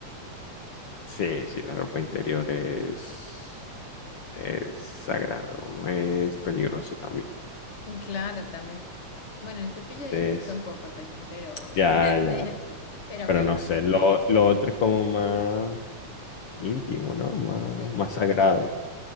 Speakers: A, on the left; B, on the left.
A: Sí, sí, la ropa interior es, es sagrado, ¿no? es peligroso también.
B: Y claro, también. Bueno, el cepillo de
A: Entonces,
B: dientes un poco también, pero
A: ya,
B: <laughs>
A: ya,
B: pero
A: pero
B: menos.
A: no sé, lo, lo otro es como más íntimo, ¿no? Más,
B: Sí.
A: más sagrado.